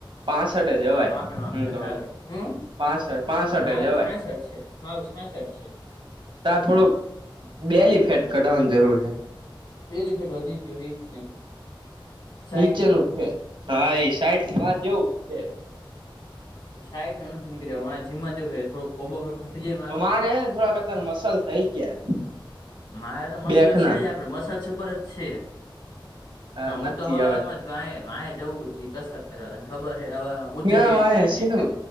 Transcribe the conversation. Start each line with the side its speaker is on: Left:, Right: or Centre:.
Right: પાસઠ જવાય
Left: માપે માપે
Right: હું તો
Left: હાર
Right: પાસઠ
Left: હમ્મ
Right: પાસઠ પાસઠે
Left: મારુ
Right: જવાય
Left: છાસ્ટ છે મારુ છાસ્ટ છે.
Right: ત થોડું બેલી ફેટ કઢાવવાની જરૂર હૈ.
Left: બેનિફિટ વધી ગયો એ જ ને સાઈડ
Right: નીચેનું
Left: નો
Right: છે હા એ સાઈડ માં જેવું છે.
Left: સાઈડ ન નથી નીકળ્યો મારે જીમમાં જેવું થડો કોબોય
Right: તો મારેને થોડા કત મસલ થઇ ગયા.
Left: મારે તો મસલ
Right: બેક
Left: છે
Right: ના
Left: જ આપડે મસાલ ઉપર જ છે
Right: હા
Left: હું
Right: નથી
Left: તો હવે હવે આ આ જવું કસરત કરવા ત ખબર હ હવા બુધજ
Right: ક્યાં
Left: અત્યારને
Right: હ શીનું